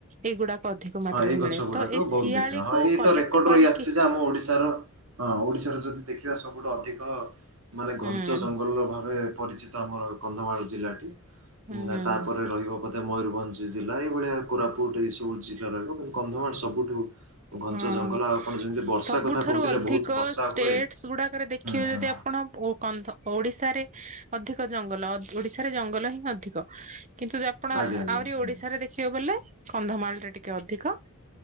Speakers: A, on the right; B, on the right.
A: ଏଇଗୁଡାକ ଅଧିକ ମାତ୍ରାରେ
B: ହଁ ଏଇ ଗଛ
A: ମିଳେ
B: ଗୁଡାକ
A: ତ ଏଇ
B: ବହୁତ
A: ଶିଆଳିକୁ
B: ଦେଖିବା ହଁ ଏଇ
A: କଲେକ୍ଟ
B: ତ ରେକର୍ଡ
A: କରିକି
B: ରହି ଆସିଛି ଯେ ଆମ ଓଡିଶାର ହଁ ଓଡିଶାର ଯଦି ଦେଖିବା ସବୁଠୁ ଅଧିକ ମାନେ ଘଞ୍ଚ
A: ହୁଁ
B: ଜଙ୍ଗଲ ଭାବେ ପରିଚି ତ ଆମର କନ୍ଧମାଳ ଜିଲ୍ଲାଟି।
A: ହୁଁ ହୁଁ
B: ତାପରେ ରହିବ ବୋଧେ ମୟୂରଭଞ୍ଜ ଜିଲ୍ଲା ଏଇଭଳିଆ କୋରାପୁଟ ଏଇ ସବୁୁ ଜିଲ୍ଲା ରହିବ କିନ୍ତୁ କନ୍ଧମାଳ ସବୁଠୁ ଘଞ୍ଚ
A: ହଁ
B: ଜଙ୍ଗଲ ଆଉ ଆପଣ ଯେମିତି
A: ସବୁଠାରୁ
B: ବର୍ଷା କଥା କହୁଥିଲେ
A: ଅଧିକ
B: ବହୁତ ବର୍ଷା
A: ଷ୍ଟେଟ
B: ହୁଏ।
A: ଗୁଡାକରେ ଦେଖିବେ
B: ହୁଁ ହୁଁ
A: ଯଦି ଆପଣ କନ୍ଧ ଓଡ଼ିଶାରେ ଅଧିକ ଜଙ୍ଗଲ ଓଡିଶାରେ ଜଙ୍ଗଲ ହିଁ ଅଧିକ। କିନ୍ତୁ ଆପଣ
B: ଆଜ୍ଞା ଆଜ୍ଞା
A: ଆହୁରି
B: ହୁଁ
A: ଓଡିଶାରେ ଦେଖିବେ ବୋଲେ କନ୍ଧମାଳରେ ଟିକେ ଅଧିକ।